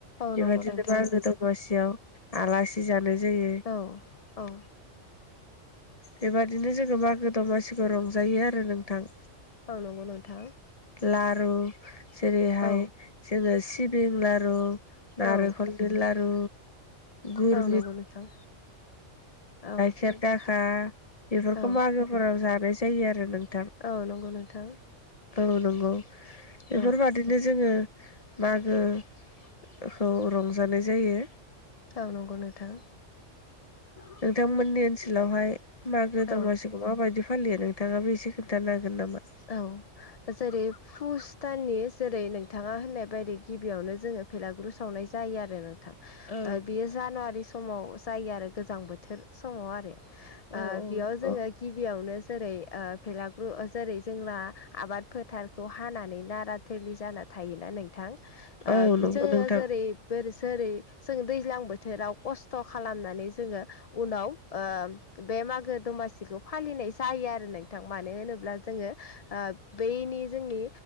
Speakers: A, on the left; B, on the left.
A: औ
B: बेबायदिनो
A: नंगौ नोंथां
B: मागो दमासियाव आलासि जानाय जायो
A: औ औ
B: बेबादिनो जोङो मागो दमासिखौ रंजायो आरो नोंथां
A: औ नंगौ नोंथां
B: लारु जेरैहाय
A: औ
B: जोङो सिबिं लारु नारेंखल
A: औ
B: बे लारु गुर
A: औ नंगौ नोंथां औ
B: खेर दाखा बेफोरखौ
A: औ
B: मागोफोराव जानाय जायो आरो नोंथां
A: औ नंगौ नोंथां
B: औ नंगौ बेफोरबादि
A: औ
B: बिदिनो जोङो मागोखौ रंजानाय जायो
A: औ नंगौ नोंथां <unintelligible>
B: नोंथांमोननि ओनसोलावहाय मागो दमासिखौ
A: औ
B: माबायदि फालियो नोंथाङाबो एसे खोन्थानो हागोन नामा
A: औ जेरै पुस दाननि जेरै नोंथाङा होननाय बायदि गिबियावनो जोङो भेलागुरु सावनाय जायो आरो नोंथां
B: औ
A: अ बियो जानुवारि समाव जायो आरो गोजां बोथोर समाव आरो।
B: औ
A: ओ बेयाव
B: नंगौ
A: जोङो गिबियावनो जेरै बेलागुर जेरै- जोंना आबाद फोथारखौ हानानै नारा थिलि जाना थायोना नों थां आ
B: औ नंगौ
A: जोङो
B: नोंथां
A: जेरै बोरैसोरै जों दैज्लां बोथोराव खस्थ' खालामनानै जोङो उनाव ओ बे मागो दमासिखौ फालिनाय जायो आरो नोंथां मानो होनोब्ला जोङो ओ बैनि जोंनि